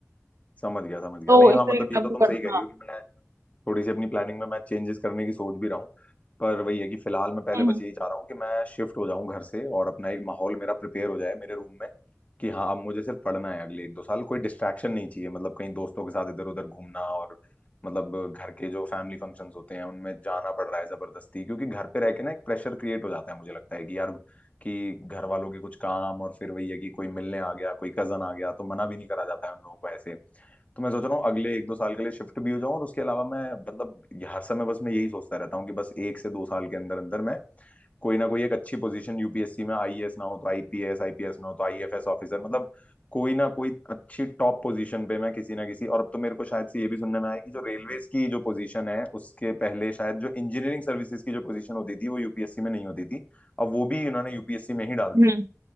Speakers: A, on the left; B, on the right.
A: समझ गया समझ गया
B: तो
A: नहीं
B: इस
A: हाँ मतलब
B: तरीके से
A: ये तो
B: आपको
A: तुम सही
B: करना
A: कह रही
B: हाँ
A: हो कि मैं थोड़ी सी अपनी प्लानिंग में मैं चेंजेस करने की सोच भी रहा हूँ पर वही है कि फिलहाल मैं पहले
B: हम्म
A: बस यही चाह रहा हूँ कि मैं शिफ्ट हो जाऊँ घर से और अपना एक माहौल मेरा प्रिपेयर हो जाए मेरे रूम में कि हाँ अब मुझे सिर्फ पढ़ना है अगले एक दो साल कोई डिस्ट्रैक्शन नहीं चाहिए मतलब कहीं दोस्तों के साथ इधर उधर घूमना और मतलब घर के जो फैमिली फंक्शंस होते हैं उनमें जाना पड़ रहा है जबरदस्ती क्योंकि घर पे रह के ना एक प्रेशर क्रिएट हो जाता है मुझे लगता है कि यार कि घर वालों के कुछ काम और फिर वही है कि कोई मिलने आ गया कोई कजन आ गया तो मना भी नहीं करा जाता है उन लोगों को ऐसे तो मैं सोच रहा हूँ अगले एक दो साल के लिए शिफ्ट भी हो जाऊँ और उसके अलावा मैं मतलब हर समय बस मैं यही सोचता रहता हूँ कि बस एक से दो साल के अंदर अंदर मैं कोई ना कोई एक अच्छी पोजीशन यूपीएससी में आईएएस ना हो तो आईपीएस आईपीएस ना हो तो आईएफएस ऑफिसर मतलब कोई ना कोई अच्छी टॉप पोजीशन पे मैं किसी ना किसी और अब तो मेरे को शायद से ये भी सुनने में आया कि जो रेलवेज की जो पोजीशन है उसके पहले शायद जो इंजीनियरिंग सर्विसेज की जो पोजीशन होती थी वो यूपीएससी में नहीं होती थी अब वो भी उन्होंने यूपीएससी में ही डाल
B: हम्म,
A: दी है